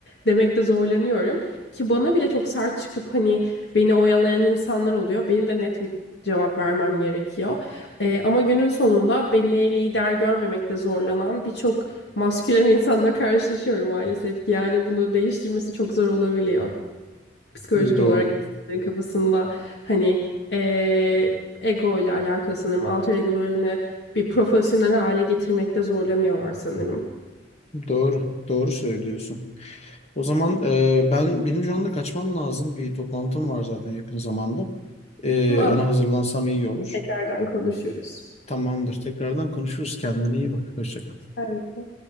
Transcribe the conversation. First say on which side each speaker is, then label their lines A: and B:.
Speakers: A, on the left; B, on the left.
A: demekte zorlanıyorum. Ki bana bile çok sert çıkıp hani beni oyalayan insanlar oluyor. Benim de net bir cevap vermem gerekiyor. Ee, ama günün sonunda beni lider görmemekte zorlanan birçok maskülen insanla karşılaşıyorum maalesef ki. Yani bunu değiştirmesi çok zor olabiliyor. Psikolojik
B: Doğru.
A: olarak insanların kafasında hani ee, ego ile alakalı sanırım. Alter egolarını bir profesyonel hale getirmekte zorlanıyorlar sanırım.
B: Doğru. Doğru söylüyorsun. O zaman e, ben benim şu anda kaçmam lazım. Bir toplantım var zaten yakın zamanda. E,
A: Ama
B: ona hazırlansam iyi olur.
A: tekrardan konuşuruz.
B: Tamamdır. Tekrardan konuşuruz. Kendine iyi bak. Hoşça kal.
A: Ben